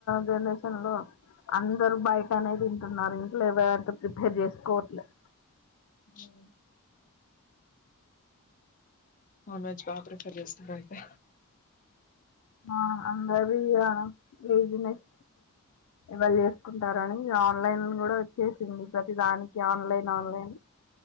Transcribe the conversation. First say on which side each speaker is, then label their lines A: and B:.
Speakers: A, on the left (about 70°); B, on the left (about 35°).
A: జనరేషన్ లో అందరు బయట టనే తింటున్నారు లేవయ అంటే ప్రిపేర్ చేస్త <unintelligible>
B: హ్మ్ నాన్ వెజ్ బా ప్రిఫర్ చేస్తారా అయితే
A: ఆ అందరు ఇయ్యాల లేజినెస్ ఇలా చేసుకుంటారని ఆన్ లైన్ కూడా వచ్చేసింది ప్రతి దానికి online online